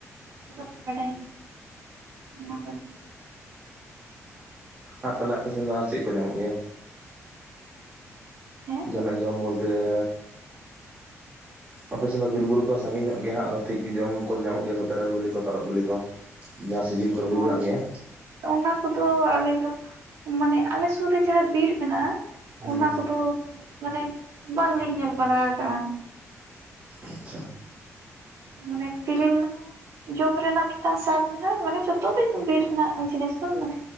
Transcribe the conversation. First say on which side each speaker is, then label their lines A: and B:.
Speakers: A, on the right; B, on the right.
A: ᱚᱱᱟ ᱫᱚᱧ ᱵᱟᱰᱟᱭ ᱜᱮᱭᱟ ᱚᱱᱟ ᱠᱚᱫᱚ᱾
B: ᱟᱨ ᱛᱟᱞᱦᱮ ᱟᱯᱮ ᱥᱮᱱ ᱫᱚ ᱟᱨ ᱪᱮᱜ ᱠᱚ ᱧᱟᱢᱚᱜ ᱜᱮᱭᱟ
A: ᱦᱮᱸ
B: ᱡᱟᱦᱟᱸᱱᱟᱜ ᱡᱚᱢ ᱵᱚᱞᱼᱼ ᱛᱮᱸᱜᱻ ᱟᱯᱮ ᱥᱮᱱ ᱫᱚ ᱵᱤᱨ ᱵᱩᱨᱩ ᱠᱚ ᱥᱟᱸᱜᱤ ᱧᱚᱜ ᱜᱮᱭᱟ ᱦᱟᱸᱜ ᱟᱫᱚ ᱴᱷᱤᱠ ᱜᱮ ᱡᱚᱢ ᱠᱚᱫᱚ ᱧᱟᱢᱚᱜ ᱜᱮᱭᱟ ᱛᱮᱨᱮᱞ ᱵᱤᱞᱤ ᱠᱚ ᱛᱚᱨᱚᱵ ᱵᱤᱞᱤ ᱠᱚ। ᱡᱟᱦᱟᱸ ᱥᱤᱡᱤᱱ ᱠᱚᱨᱮ ᱦᱩᱭ
A: ᱦᱚᱸ
B: ᱵᱟᱲᱟᱜ ᱜᱮᱭᱟ।
A: ᱚᱱᱟ ᱠᱚᱫᱚ ᱟᱞᱮ ᱫᱚ ᱢᱟᱱᱮᱼᱼ ᱟᱞᱮ ᱥᱩᱨ ᱨᱮ ᱡᱟᱦᱟᱸ ᱵᱤᱨ ᱢᱮᱱᱟᱜ-ᱟ
B: ᱦᱩᱸ
A: ᱚᱱᱟ ᱠᱚᱫᱚ ᱢᱟᱱᱮᱼᱼ ᱵᱟᱝ ᱞᱤᱧ ᱧᱮᱞ ᱵᱟᱲᱟ ᱟᱠᱟᱜ-ᱟ᱾
B: ᱟᱪᱪᱷᱟ᱾
A: ᱢᱟᱱᱮ ᱛᱤᱨᱤᱞ ᱡᱚᱢ ᱨᱮᱱᱟᱜ ᱢᱤᱫᱴᱟᱝ ᱥᱟᱛ ᱢᱮᱱᱟᱜ-ᱟᱱ ᱢᱟᱱᱮ ᱡᱚᱛᱚ ᱜᱮ ᱵᱤᱨ ᱨᱮᱱᱟᱜ ᱡᱤᱱᱤᱥ ᱫᱚ ᱢᱟᱱᱮ